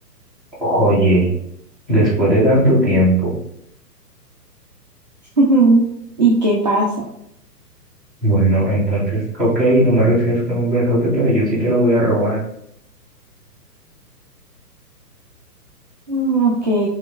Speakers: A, in the centre; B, on the right (about 30°).
A: oye, después de tanto tiempo.
B: <laughs> ¿Y qué pasa?
A: Bueno, entonces, ok, no me recibes con un besote, pero yo sí te lo voy a robar.
B: Mm, ok.